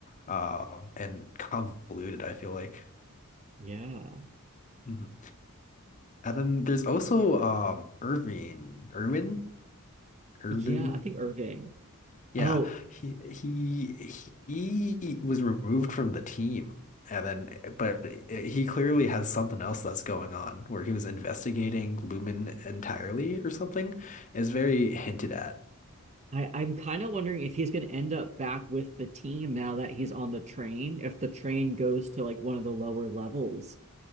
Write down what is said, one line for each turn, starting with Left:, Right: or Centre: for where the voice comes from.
Left: um, and convoluted, I feel like.
Right: Yeah.
Left: Mhm. And then there's also um Irving, Irwin. Irvin.
Right: Yeah, I think Irving.
Left: Yeah,
Right: Oh,
Left: he he he was removed from the team, and then but he clearly has something else that's going on where he was investigating Lumen entirely or something. Is very hinted at.
Right: I, I'm kind of wondering if he's going to end up back with the team now that he's on the train, if the train goes to like one of the lower levels